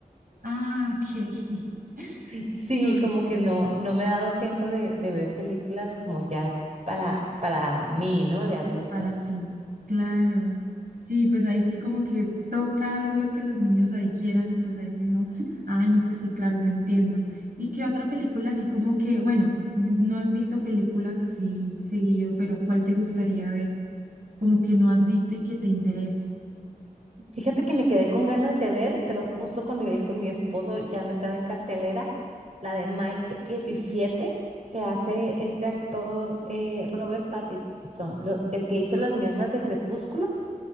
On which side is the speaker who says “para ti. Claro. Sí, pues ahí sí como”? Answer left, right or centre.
Right